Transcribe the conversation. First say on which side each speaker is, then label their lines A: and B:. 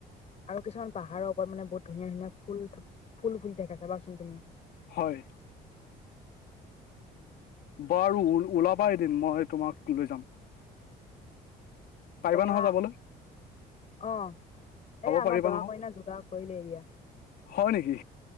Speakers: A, on the left (about 40°); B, on the left (about 65°).
A: আৰু কিছুমান পাহাৰৰ ওপৰত মানে বহুত ধুনীয়া-ধুনীয়া ফুল, ফুল ফুলি থাকে চাবাচোন তুমি।
B: হয়। বাৰু ওলাবা এদিন মই তোমাক লৈ যাম। পাৰিবা
A: দৰা
B: নহয় যাবলে?
A: অ, এ আমাৰ
B: পাৰিবা
A: দৰা
B: নহয়
A: কইনা যোগাৰ কৰিলে এৰিয়া।
B: হয় নেকি?